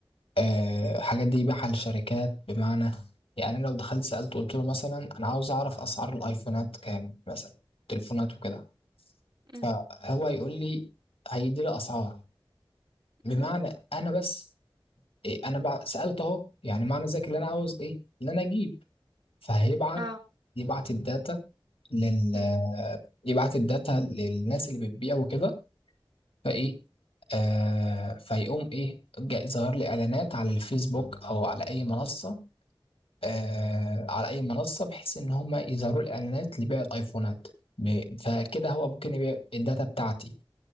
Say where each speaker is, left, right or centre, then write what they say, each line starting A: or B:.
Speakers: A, on the left; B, on the right.
A: آه، الحاجات دي يبيعها للشركات بمعنى يعني لو دخلت سألت قلت له مثلا أنا عاوز أعرف أسعار الأيفونات كام مثلا تليفونات وكده فهو
B: امم
A: يقول لي هيدي لي أسعار بمعنى
B: امم
A: أنا بس إيه أنا بع- سألت أهو يعني معنى ذلك اللي أنا عاوز إيه اللي أنا أجيب فهيبعت
B: اه
A: يبعت الداتا لل
B: امم
A: يبعت الداتا للناس اللي بتبيع وكده فإيه آه فيقوم إيه جا- ظهر لي إعلانات على الفيسبوك أو على أي منصة آه، على اي منصه بحيث ان هم يظهروا الاعلانات لبيع الايفونات ب- فكده هو ممكن يبيع الداتا بتاعتي